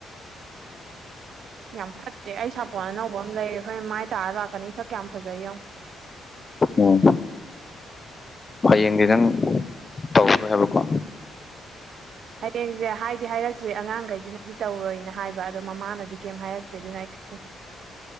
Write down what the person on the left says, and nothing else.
ꯎꯝ ꯍꯌꯦꯡꯗꯤ ꯅꯪ ꯇꯧꯈ꯭ꯔꯦ ꯍꯥꯏꯕꯀꯣ